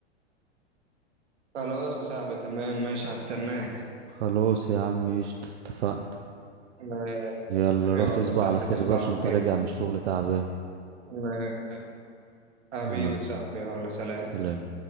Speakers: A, on the right; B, on the right.
A: خلاص يا صاحبي تمام ماشي هستناك
B: خلاص يا عم ايش اتفقنا
A: آه،
B: يلا روح
A: يلا
B: تصبح
A: يا صاحبي
B: على خير
A: تصبح
B: بقى عشان
A: على
B: انت
A: خير
B: راجع من الشغل تعبان
A: آه، حبيبي
B: يلا
A: يا صاحبي يلا سلام
B: سلام